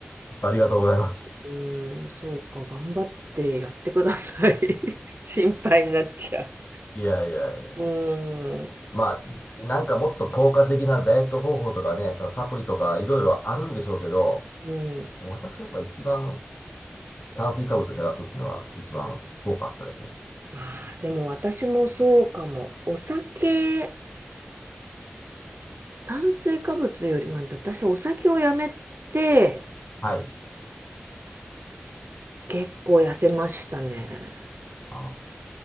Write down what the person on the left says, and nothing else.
<laughs> ありがとうございます。
いやいやいや。
まあ、なんかもっと効果的なダイエット方法とかね、そのサプリとかいろいろあるんでしょうけど、
私やっぱ一番炭水化物を減らすっていうのは一番効果あったですね。
はい。
あ